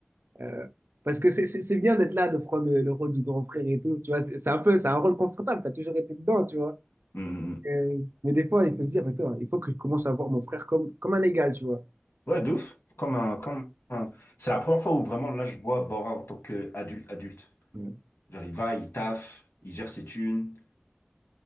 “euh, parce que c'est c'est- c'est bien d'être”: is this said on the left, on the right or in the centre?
Right